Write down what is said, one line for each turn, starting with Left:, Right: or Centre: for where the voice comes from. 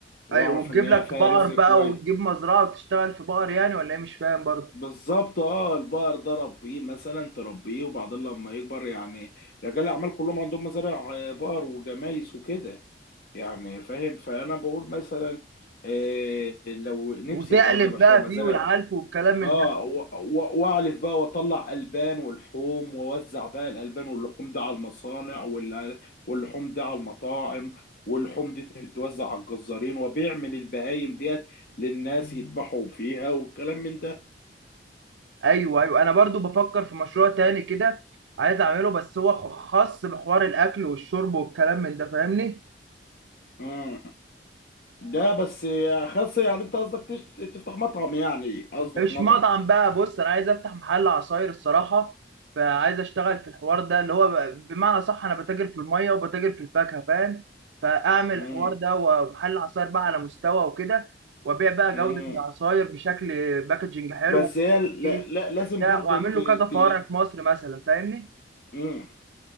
Left: واعرف
Right: ايوه وتجيب
Left: ان هي
Right: لك
Left: فيها
Right: بقر
Left: رزق
Right: بقى
Left: كويس
Right: وتجيب مزرعه وتشتغل في بقر يعني ولا ايه مش فاهم برضه
Left: بالظبط اه البقر ده ربيه مثلا تربيه وبعدين لما يكبر يعني رجال الاعمال كلهم عندهم مزارع آه، بقر وجمايس وكده يعني فاهم فانا بقول مثلا آه، لو نفسي
Right: وتقلب
Left: يبقى عندي مشروع
Right: بقى
Left: مزارع
Right: فيه والعلف والكلام من
Left: اه
Right: ده
Left: و- و- واعلف بقى واطلع البان ولحوم واوزع بقى الالبان واللحوم دي على المصانع وال- واللحوم دي على المطاعم واللحوم دي تتوزع على الجزارين وبيع من البهايم ديت للناس يذبحوا فيها والكلام من ده
Right: ايوه ايوه انا برضو بفكر في مشروع تاني كده عايز اعمله بس هو خ- خاص بحوار الاكل والشرب والكلام من ده فاهمني
Left: امم ده بس يا خس يعني انت قصدك تشت- تفتح مطعم يعني قصدك
Right: مش
Left: مطعم
Right: مطعم بقى بص انا عايز افتح محل عصاير الصراحه فعايز اشتغل في الحوار ده اللي هو ب- بمعنى صح انا بتاجر في الميه وبتاجر في الفاكهه فاهم فاعمل
Left: امم
Right: الحوار ده ومحل عصاير بقى على مستوى وكده وابيع بقى
Left: امم
Right: جوده العصاير بشكل باكجنج حلو
Left: بس هي لا
Right: ايه
Left: لا لازم
Right: بتاع
Left: برضو
Right: واعمل
Left: ت...
Right: له كذا فرع
Left: ت...
Right: في مصر مثلا فاهمني
Left: امم